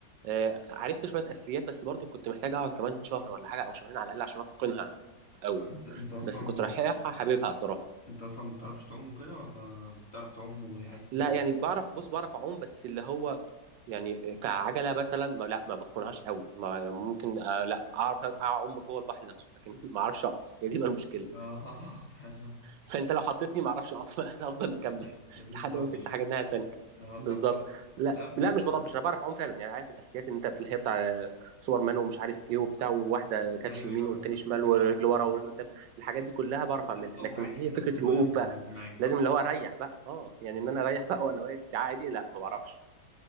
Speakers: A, on the right; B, on the left.
A: آه، عرفت شويه اساسيات بس برضو كنت محتاج اقعد كمان شهر ولا حاجه او شهرين على الاقل عشان اتقنها قوي
B: انت انت اصلا
A: بس كنت رايحها حاببها صراحه
B: انت اصلا ما بتعرفش تعوم وكده ولا بتعرف تعوم وعايز تزود
A: لا يعني بعرف بص بعرف اعوم بس اللي هو يعني كعجله مثلا ما لا ما بتقنهاش قوي ما ممكن آه، لا اعرف اعوم جوه البحر نفسه لكن <laughs> ما اعرفش اقف هي دي بقى المشكله
B: اه <laughs> فهمت
A: فانت لو حطيتني ما اعرفش اقف <laughs> انا افضل مكمل
B: لا لازم
A: لحد
B: تطبش
A: ما امسك في حاجه الناحيه التانيه
B: لا هو بتاع
A: بالظبط
B: تطبش
A: لا
B: لا بص
A: لا مش بضبش انا بعرف اعوم فعلا يعني عارف الاساسيات ان انت اللي هي بتاع سوبر مان ومش عارف ايه وبتاع وواحده كاتش
B: ايوه
A: يمين
B: ايوه
A: والتاني
B: عرفتها
A: شمال
B: عرفتها
A: ورجل ورا
B: آه.
A: ورجل قدام الحاجات دي كلها بعرف
B: لازم
A: اعملها
B: تقف
A: لكن
B: عادي
A: هي
B: كده
A: فكره
B: في المايه
A: الوقوف
B: مش
A: بقى
B: بيجي معاك صح؟
A: لازم اللي هو اريح بقى اه يعني
B: مم.
A: ان انا اريح بقى وانا واقف دي عادي لا ما بعرفش